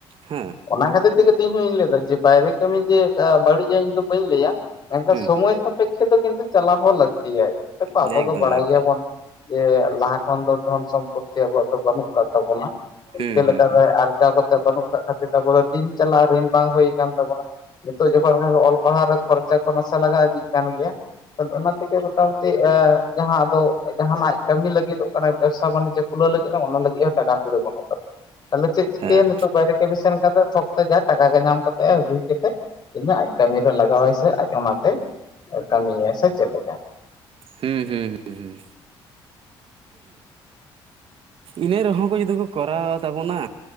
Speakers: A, on the right; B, on the left.
A: ᱦᱮᱸ
B: ᱚᱱᱟ ᱠᱷᱟᱹᱛᱤᱨ ᱛᱮᱜᱮ ᱤᱧᱦᱚᱧ ᱞᱟᱹᱭᱫᱟ ᱡᱮ ᱵᱟᱭᱨᱮ ᱠᱟᱹᱢᱤ ᱡᱮ ᱵᱟᱹᱲᱤᱡᱼᱟ ᱤᱧ ᱫᱚ ᱵᱟᱹᱧ ᱞᱟᱹᱭᱟ ᱢᱮᱱᱠᱷᱟᱱ
A: ᱦᱩᱸ
B: ᱥᱚᱢᱚᱭ ᱥᱟᱯᱮᱠᱷᱮ ᱫᱚ ᱠᱤᱱᱛᱩ ᱪᱟᱞᱟᱣ ᱦᱚᱸ ᱞᱟᱹᱠᱛᱤᱭᱟ ᱟᱵᱚ
A: ᱮᱠᱫᱚᱢ
B: ᱫᱚ ᱵᱟᱲᱟᱭ
A: ᱮᱠᱫᱚᱢ
B: ᱜᱮᱭᱟᱵᱚᱱ ᱡᱮ ᱞᱟᱦᱟ ᱠᱷᱚᱱ ᱫᱚ ᱫᱷᱚᱱ ᱥᱚᱢᱯᱚᱛᱤ ᱟᱵᱚᱣᱟᱜ ᱫᱚ ᱵᱟᱹᱱᱩᱜ ᱟᱠᱟᱫ ᱛᱟᱵᱚᱱᱟ ᱤᱱᱠᱟᱹ
A: ᱦᱩᱸ
B: ᱞᱮᱠᱟᱛᱮ
A: ᱦᱩᱸ ᱦᱩᱸ
B: ᱟᱨᱡᱟᱣ ᱠᱟᱛᱮ ᱵᱟᱹᱱᱩᱜ ᱠᱷᱟᱹᱛᱤᱨ ᱟᱵᱚ ᱫᱚ ᱫᱤᱱ ᱪᱟᱞᱟᱜ ᱨᱤᱱ ᱵᱟᱝ ᱦᱩᱭ ᱟᱠᱟᱱ ᱛᱟᱵᱚᱱᱟ ᱱᱤᱛᱚᱜ ᱡᱚᱠᱷᱚᱱ ᱚᱞ ᱯᱟᱲᱦᱟᱣ ᱨᱮ ᱠᱷᱚᱨᱪᱟ ᱠᱚ ᱱᱟᱥᱮ ᱞᱟᱜᱟᱣ ᱤᱫᱤᱜ ᱠᱟᱱ ᱜᱮᱭᱟ᱾ ᱟᱫᱚ ᱚᱱᱟ ᱛᱮᱜᱮ ᱢᱚᱴᱟᱢ ᱩᱴᱤ᱾ ᱡᱟᱦᱟᱸ ᱟᱫᱚ ᱡᱟᱦᱟᱱᱟᱜ ᱠᱟᱹᱢᱤ ᱞᱟᱹᱜᱤᱫᱚᱜ ᱠᱟᱱᱟ ᱵᱮᱵᱽᱥᱟ ᱵᱟᱱᱤᱡᱽᱡᱚ ᱠᱷᱩᱞᱟᱹᱣ ᱞᱟᱹᱜᱤᱫ ᱫᱚ ᱚᱱᱟ ᱞᱟᱹᱜᱤᱫ ᱦᱚᱸ ᱴᱟᱠᱟ ᱠᱚᱲᱤ ᱵᱟᱹᱱᱩᱜ ᱛᱟᱞᱤᱧᱟ᱾ ᱛᱟᱦᱚᱞᱮ ᱪᱮᱫ ᱪᱤᱠᱟᱹᱭᱟ
A: ᱦᱮᱸ
B: ᱱᱤᱛᱚᱜ ᱵᱟᱭᱨᱮᱵ ᱥᱮᱱ ᱠᱟᱛᱮ ᱛᱷᱚᱠ ᱡᱟ ᱴᱟᱠᱟ ᱜᱮ ᱧᱟᱢ ᱠᱟᱛᱮᱫ ᱟᱜᱩᱭ ᱠᱟᱛᱮᱫ ᱤᱧᱟᱜ ᱟᱡ ᱠᱟᱹᱢᱤᱨᱮ ᱞᱟᱜᱟᱣᱟᱭ ᱥᱮ ᱟᱡ ᱚᱱᱟᱛᱮ ᱠᱟᱹᱢᱤᱭᱟᱭ ᱥᱮ ᱪᱮᱫ ᱞᱮᱠᱟ
A: ᱦᱩᱸ ᱦᱩᱸ ᱦᱩᱸ ᱮᱸᱦᱮᱸ ᱤᱱᱟᱹ ᱨᱮᱦᱚᱸ ᱠᱚ ᱡᱩᱫᱤ ᱠᱚ ᱠᱚᱨᱟᱣᱟ ᱛᱟᱵᱚᱱᱟ